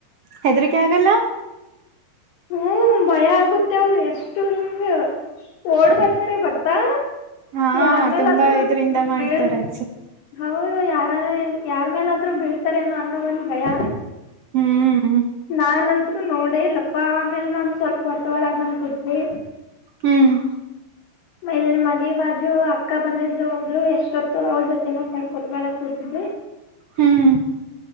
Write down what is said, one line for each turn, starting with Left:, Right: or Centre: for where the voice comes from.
Right: ಹೆದರಿಕೆ ಆಗಲ್ಲ
Left: ಹ್ಮ್ ಭಯ ಆಗುತ್ತೆ ಅವ್ರ ಎಷ್ಟು ಹಿಂಗ ಓಡ್ ಬರ್ತಾರ ಬರ್ತಾ
Right: ಹಾ
Left: ಯಾರ ಮೇಲಾದ್ರೂ
Right: ತುಂಬಾ ಇದ್ರಿಂದ ಮಾಡ್ತಾರೆ
Left: ಬೀಳ್
Right: ಆಕ್ಚುಲಿ
Left: ಹೌದು ಯಾರ ಯಾರ ಮೇಲಾದ್ರೂ ಬೀಳ್ತಾರೇನೋ ಅನ್ನೋ ಒಂದ ಭಯ
Right: ಹ್ಮ್ ಹ್ಮ್
Left: ನಾನ್ಂತ್ ನೋಡ ಇಲ್ಲಪ್ಪಾ ಆಮೇಲ್ ನಂದ ಸ್ವಲ್ಪ ಹೊಟ್ಟ ಒಡಗ ಬಂದ ಕೊಟ್ರಿ
Right: ಹ್ಮ್
Left: ಮಲ್ಲಿ ಮನೆ ಬಾಜು ಅಕ್ಕ ಬಂದಿದ್ಲು ಒಬ್ಬಳು ಎಷ್ಟೊತ್ತು ಅವ್ಳ ಜೊತೆ ಮಾತಾಡ್ಕೋತ ವಳಗ ಕೂತಿದೇ
Right: ಹ್ಮ್